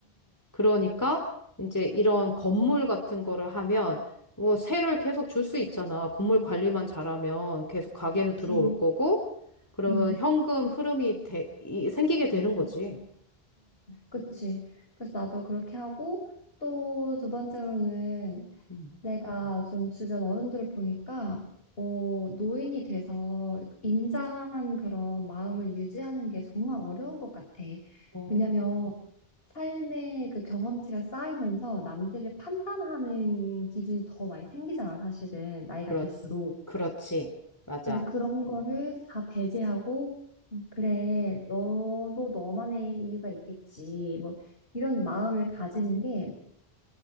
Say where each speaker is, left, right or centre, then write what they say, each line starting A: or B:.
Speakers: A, on the left; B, on the left.
A: 그러니까 이제 이런 건물 같은 거를 하면 뭐 세를 계속 줄 수 있잖아. 건물 관리만 잘하면 계속 가게는
B: 그치,
A: 들어올 거고 그러면
B: 응응.
A: 현금 흐름이 돼- 이- 생기게 되는 거지.
B: 그치. 그래서 나도 그렇게 하고 또 두 번째로는
A: 음.
B: 내가 좀 주변 어른들을 보니까 어, 노인이 돼서 인자한 그런 마음을 유지하는 게 정말 어려운 것 같아.
A: 어,
B: 왜냐면 삶의 그 경험치가 쌓이면서 남들을 판단하는 기준이 더 많이 생기잖아, 사실은. 나이가
A: 그렇,
B: 들수록.
A: 그렇지. 맞아.
B: 근데 그런 거를 다 배제하고, 음, 그래, 너도 너만의 이유가 있겠지. 뭐, 이런 마음을 가지는 게